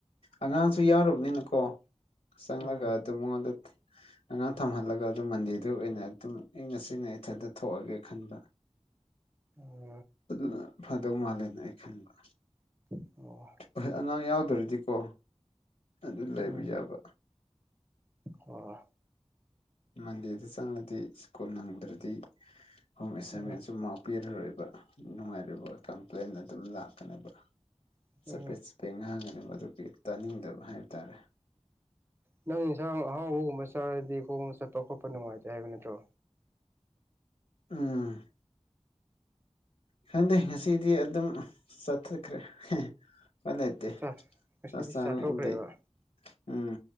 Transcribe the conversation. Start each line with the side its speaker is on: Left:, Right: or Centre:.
Left: ꯑꯉꯥꯡꯁꯨ ꯌꯥꯎꯔꯕꯅꯤꯅꯀꯣ ꯆꯪꯂꯒ
Right: ꯎꯝ
Left: ꯑꯗꯨꯝ ꯃꯉꯣꯟꯗ ꯑꯉꯥꯡ ꯊꯝꯍꯜꯂꯒ ꯑꯗꯨꯝ ꯃꯟꯗꯦꯗꯨ ꯑꯣꯏꯅ ꯑꯗꯨꯝ ꯑꯩꯪ ꯉꯁꯤꯅ ꯏꯊꯟꯗ ꯊꯣꯛꯑꯒꯦ ꯈꯟꯕ
Right: ꯎꯝ
Left: ꯑꯗꯨꯅ ꯐꯗꯧ ꯃꯥꯜꯂꯦꯅ ꯑꯩ ꯈꯟꯕ
Right: ꯑꯣ
Left: ꯍꯣꯏ ꯑꯉꯥꯡ ꯌꯥꯎꯗꯔꯤꯗꯤꯀꯣ ꯑꯗꯨ ꯂꯩꯕ
Right: ꯎꯝ
Left: ꯌꯥꯕ
Right: ꯑꯣ
Left: ꯃꯟꯗꯤꯦꯗ ꯆꯪꯂꯗꯤ ꯁ꯭ꯀꯨꯜ ꯅꯪꯗ꯭ꯔꯗꯤ ꯍꯣꯝ ꯑꯦꯁꯥꯏꯟꯃꯦꯟꯁꯨ
Right: ꯎꯝ
Left: ꯃꯥꯛꯄꯤꯤꯔꯔꯣꯏꯕ ꯅꯨꯡꯉꯥꯏꯔꯕ ꯀꯝꯄ꯭ꯂꯦꯟ ꯑꯗꯨꯝ ꯂꯥꯛꯀꯅꯦꯕ
Right: ꯎꯝ
Left: ꯆꯄꯦꯠ ꯆꯄꯦꯠ ꯉꯥꯡꯉꯅꯤ ꯃꯗꯨꯒꯤ ꯇꯥꯅꯤꯡꯗꯕ ꯍꯥꯏꯕ ꯇꯥꯔꯦ
Right: ꯅꯪ ꯏꯁꯥꯡ ꯆꯔꯗꯤ ꯈꯣꯡ ꯆꯠꯄ ꯈꯣꯠꯄ ꯅꯨꯡꯉꯥꯏꯇꯦ ꯍꯥꯏꯕ ꯅꯠꯇ꯭ꯔꯣ
Left: ꯎꯝ ꯈꯪꯗꯦ ꯉꯁꯤꯗꯤ ꯑꯗꯨꯝ ꯆꯠꯊꯠꯈ꯭ꯔꯦ ꯐꯂꯇꯦ
Right: ꯆꯥ ꯉꯁꯤꯗꯤ
Left: ꯆꯁꯅ
Right: ꯆꯥꯊꯣꯛꯈ꯭ꯔꯦꯕ
Left: ꯑꯦꯥꯏ ꯎꯝ